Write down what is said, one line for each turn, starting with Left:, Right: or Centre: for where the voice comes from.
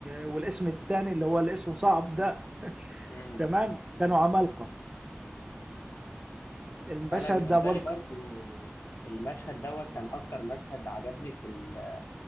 Right: والاسم التاني اللي هو الاسم صعب ده
Left: شيء
Right: تمام كانوا عمالقة المشهد
Left: انا بالنسبه
Right: ده برضه
Left: لي برضو المشهد دوت كان اكتر مشهد عجبني في ال-